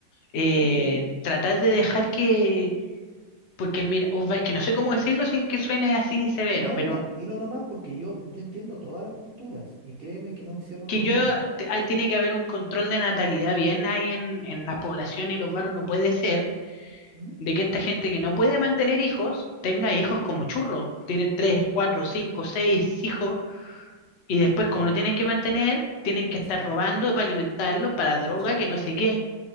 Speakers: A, on the left (about 80°); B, on the right (about 70°).
A: eh,
B: ¿Sí? ¿Está bien?
A: tratar de dejar que, porque mira, uf, es que no sé cómo decirlo sin que suene así severo,
B: No,
A: pero
B: mira, dilo nomás porque yo, yo entiendo todas las posturas y créeme que no me cierro
A: que
B: con
A: yo,
B: ni una.
A: te- ah, tiene que haber un control de natalidad bien ahí en, en las poblaciones y los barrios, no puede ser
B: ¿Mm?
A: de que esta gente que no puede mantener hijos tenga hijos como churros, tienen tres, cuatro, cinco, seis hijos y después como
B: Pero,
A: no tienen que mantener, tienen que
B: exacto.
A: estar robando para alimentarlos, para droga,
B: ¿Sabes
A: que no
B: también?
A: sé qué,